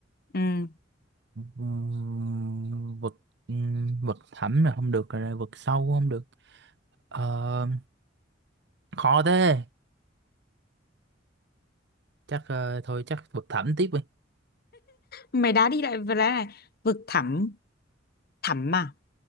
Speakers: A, on the left (about 55°); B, on the right (about 65°).
A: ừ.
B: Ừm, vực ừm, vực thẩm là không được rồi vực sâu không được Ờ, khó thế chắc ờ, thôi chắc vực thẩm tiếp đi
A: mày đá đi lại vừa đá này vực thẳm thẳm à